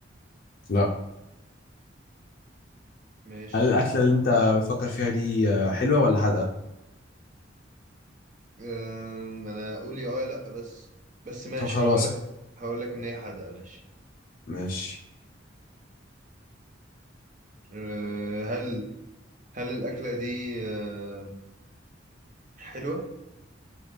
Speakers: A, on the left; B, on the right.
A: لا
B: ماشي
A: هل الاكله اللي انت بتفكر فيها دي آه، حلوه ولا حادقه
B: أم... انا اقول يا اه يا لا بس بس ماشي
A: طب خلاص
B: هقول لك هقول لك ان هي حادقه ماشي
A: ماشي
B: أه، هل هل الاكله دي أم، حلوه